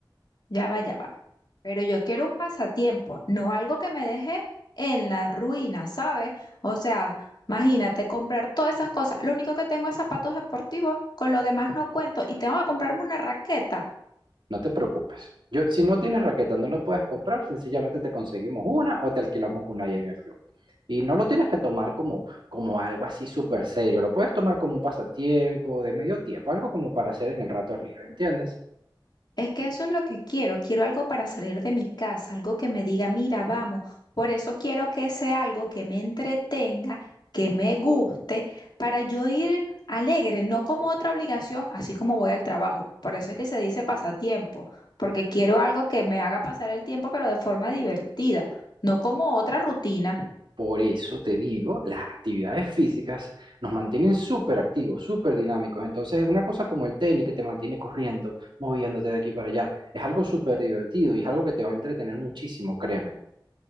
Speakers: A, on the left; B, on the right.
A: Ya va, ya va. Pero yo quiero un pasatiempo, no algo que me deje en la ruina, ¿sabes? O sea, imagínate comprar todas esas cosas. Lo único que tengo es zapatos deportivos, con lo demás no cuento y tengo que comprarme una raqueta.
B: No te preocupes. Yo, si no tienes raqueta, no la puedes comprar, sencillamente te conseguimos una o te alquilamos una ahí en el club. Y no lo tienes que tomar como, como algo así súper serio, lo puedes tomar como un pasatiempo de medio tiempo, algo como para hacer en el rato libre, ¿entiendes?
A: Es que eso es lo que quiero. Quiero algo para salir de mi casa, algo que me diga, mira, vamos. Por eso quiero que sea algo que me entretenga, que me guste, para yo ir alegre, no como otra obligación, así como voy al trabajo. Por eso es que se dice pasatiempo, porque quiero algo que me haga pasar el tiempo, pero de forma divertida, no como otra rutina.
B: Por eso te digo, las actividades físicas nos mantienen súper activos, súper dinámicos. Entonces, una cosa como el tenis que te mantiene corriendo, moviéndote de aquí para allá, es algo súper divertido y es algo que te va a entretener muchísimo, créeme.